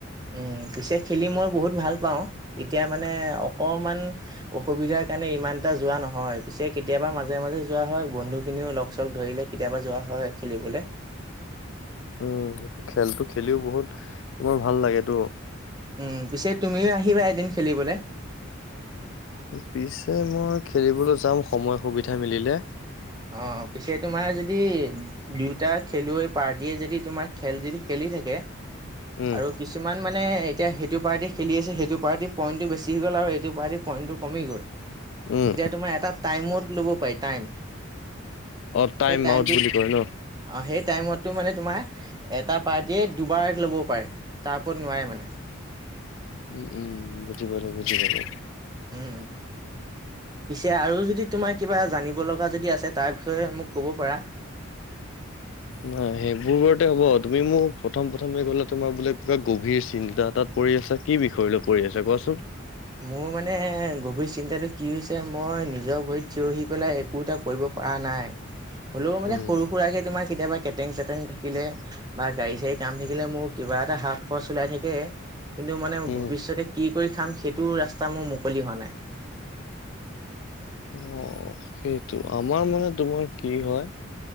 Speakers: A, on the right (about 20°); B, on the left (about 65°).
A: উম', পিছে খেলি মই বহুত ভাল পাওঁ, এতিয়া মানে অকমান অসুবিধাৰ কাৰণে ইমান এটা যোৱা নহয়, পিছে কেতিয়াবা মাজে মাজে যোৱা হয় বন্ধু খিনিও লগ চগ ধৰিলে। কেতিয়াবা যোৱা হয় খেলিবলৈ।
B: উম, খেলটো খেলিও বহুত, তোমাৰ ভাল লাগেতো।
A: উম, পিছে তুমিও আহিবা এদিন খেলিবলৈ।
B: পিছে মই খেলিবলৈ যাম সময় সুবিধা মিলিলে।
A: অ', পিছে তোমাৰ যদি দুয়টা খেলুৱৈ পাৰ্টীয়ে যদি তোমাৰ খেল যদি খেলি থাকে,
B: উম
A: আৰু কিছুমান মানে এতিয়া সেইটো পাৰ্টি খেলি আছে, সেইটো পাৰ্টি পইণ্টটো বেছি গ'ল আৰু এইটো পাৰ্টি পইণ্টটো কমি গ'ল
B: উম
A: তেতিয়া তোমাৰ এটা টাইমত ল'ব পাৰি টাইম।
B: অ টাইম
A: সেই টাইমটোত,
B: আউট বুলি কয় ন
A: অ' সেই টাইমো মানে তোমাৰ এটা পাৰ্টিয়েই দুবাৰ ল'ব পাৰে, তাৰ ওপৰত নোৱাৰে মানে।
B: উম, উম বুজি পালো বুজি পালো।
A: উম। পিছে আৰু যদি তোমাৰ কিবা জানিব লগা যদি আছে তাৰ বিষয়ে মোক ক'ব পাৰা। <inaudible>
B: নাই সেইবোৰতে হ'ব তুমি, মোক প্ৰথম প্ৰথমে গ'লে তোমাৰ বোলে কিবা গভীৰ চিন্তা তাত পৰি আছা, কি বিষয় লৈ পৰি আছে কোৱাচোন।
A: মোৰ মানে গভীৰ চিন্তাটো কি হৈছে, মই নিজৰ ভৰিত থিয় আহি পেলাই কো তাক কৰিব পৰা নাই, হ'লেও মানে
B: উম
A: সৰু সুৰাকে তোমাৰ কেতিয়াবা কেটেং চেটেং থাকিলে বা গাড়ী চাড়ী কাম থাকিলে মোৰ কিবা এটা হাত খৰচ ওলাই থাকে। কিন্তু মানে
B: উম
A: ভৱিষ্যতে কি কৰি খাম সেইটো ৰাস্তা মোৰ মুকলি হোৱা নাই।
B: অ', সেইটো আমাৰ মানে, তোমাৰ কি হয়